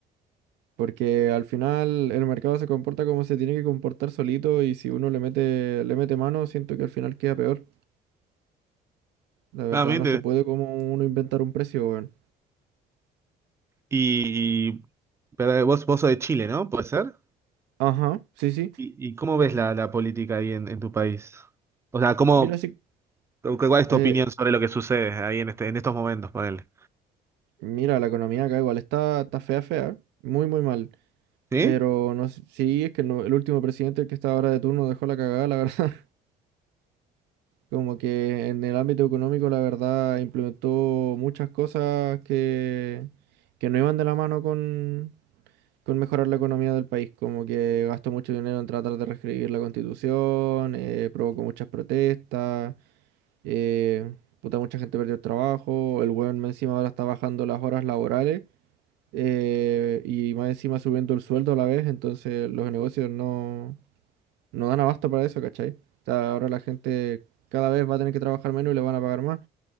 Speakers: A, on the right (about 90°); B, on the right (about 15°).
A: Porque al final el mercado se comporta como se tiene que comportar solito y si uno le mete, le mete mano, siento que al final queda peor. La verdad,
B: Ah, bien,
A: no se puede como uno inventar un precio, weón.
B: Y, y- pero vos, vos sos de Chile, ¿no? ¿Puede ser?
A: Ajá, sí, sí.
B: ¿Y, y cómo ves la, la política ahí en, en tu país? O sea, ¿cómo,
A: Mira, sí.
B: ¿Cu- ¿Cuál es tu
A: eh,
B: opinión sobre lo que sucede ahí en este, en estos momentos, ponele?
A: mira, la economía acá igual está, está fea, fea. Muy, muy mal.
B: ¿Sí?
A: Pero no sé- sí, es que no- el último presidente, el que está ahora de turno, dejó la cagada, la <laughs> verdad. Como que en el ámbito económico, la verdad, implementó muchas cosas que, que no iban de la mano con, con mejorar la economía del país. Como que gastó mucho dinero en tratar de reescribir la constitución, eh, provocó muchas protestas, eh, puta, mucha gente perdió el trabajo. El weón más encima ahora está bajando las horas laborales eh, y más encima subiendo el sueldo a la vez. Entonces, los negocios no. No dan abasto para eso, ¿cachai? O sea, ahora la gente cada vez va a tener que trabajar menos y le van a pagar más.